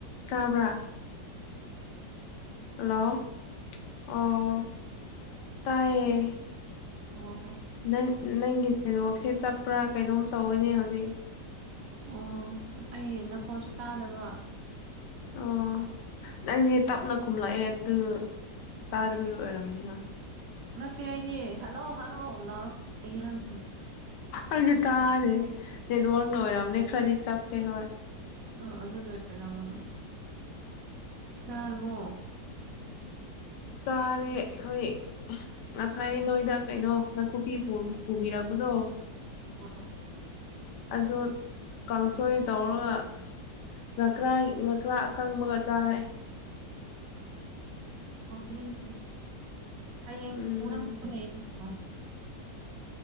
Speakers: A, on the left (about 80°); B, on the right (about 65°).
A: ꯇꯥꯕ꯭ꯔꯥ ꯍꯜꯂꯣ ꯑꯣ ꯇꯥꯏꯌꯦ
B: ꯑꯣ
A: ꯅꯪ ꯅꯪꯒꯤ ꯅꯦꯠꯋꯥꯛꯁꯦ ꯆꯠꯄ꯭ꯔꯥ ꯀꯩꯅꯣꯝ ꯇꯧꯋꯤꯅꯦ ꯍꯧꯖꯤꯛ
B: ꯑꯣ ꯑꯩ ꯅꯈꯣꯜꯁꯨ ꯇꯥꯗꯕ
A: ꯑꯣ ꯅꯪꯗꯤ ꯇꯞꯅ ꯈꯨꯝꯂꯛꯑꯦ ꯑꯗꯨ ꯇꯥꯗꯕꯒꯤ ꯑꯣꯏꯔꯝꯅꯤ ꯍꯣꯏ
B: ꯅꯠꯇꯦ ꯑꯩꯗꯤ ꯍꯜꯂꯣ ꯍꯜꯂꯣ ꯂꯥꯎꯔꯅꯤ ꯅꯪ
A: ꯑꯩꯗꯤ ꯇꯥꯗꯦ ꯅꯦꯠꯋꯥꯛꯅ ꯑꯣꯏꯔꯝꯒꯅꯤ ꯈꯔꯗꯤ ꯆꯞꯄꯦ ꯍꯣꯏ
B: ꯑꯣ ꯑꯗꯨꯒꯤ ꯑꯣꯢꯔꯝꯒꯤ ꯆꯥꯔꯕꯣ
A: ꯆꯥꯔꯦ ꯑꯩꯈꯣꯏ ꯉꯁꯥꯏ ꯅꯣꯏꯗ ꯀꯩꯅꯣ ꯅꯥꯀꯨꯞꯄꯤ ꯄꯨꯕꯤꯔꯛꯄꯗꯣ
B: ꯑꯥ
A: ꯑꯗꯨ ꯀꯥꯡꯁꯣꯏ ꯇꯧꯔꯒ ꯑꯁ ꯅꯀ꯭ꯔꯥ ꯅꯀ꯭ꯔꯥ ꯑꯀꯪꯕꯒ ꯆꯥꯔꯦ
B: ꯅꯤꯅ <unintelligible>
A: ꯎꯝ
B: ꯂꯩ <unintelligible>